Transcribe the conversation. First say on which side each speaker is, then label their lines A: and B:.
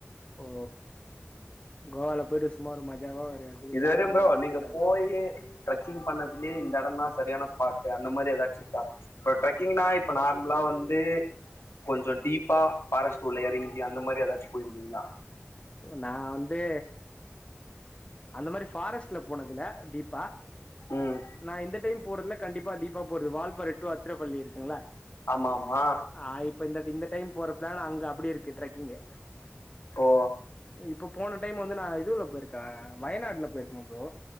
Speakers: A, on the left; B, on the left.
A: ஓ கோவால போய்ட்டு சும்மா ஒரு மஜாவா ஒரு குளு
B: இது
A: குளு
B: வரயு
A: குளுன்னு
B: ப்ரோ
A: ஜாலியா
B: நீங்க
A: இருந்துட்டு
B: போயி ட்ரக்கிங் பண்ணதுலேயே இந்த எடந்தா சரியான ஸ்பாட் அந்த மாரி ஏதாச்சிருக்கா இப்ப ட்ரெக்கிங்லா இப்ப நார்மலா வந்து கொஞ்ச டீப்பா பாரஸ்ட் உள்ள எறங்கி அந்த மாரி ஏதாச்சு போயிருக்கீங்களா
A: நா வந்து அந்த மாரி ஃபாரஸ்ட்ல போனதில்ல டீப் பா
B: ம்
A: நா இந்த டைம் போறதுல கண்டிப்பா டீப்பா போறது வால்பார டூ அத்திரபள்ளி இருக்குங்கள
B: ஆமா ஆமா
A: ஆ இப்போ இந்த இந்த டைம் போற பிளான் அங்க அப்டியே இருக்கு ட்ரக்கிங்கு
B: போ
A: இப்போ போன டைம் வந்து நா இதுல போயிருக்கே வயநாடுல போயிருக்கே ப்ரோ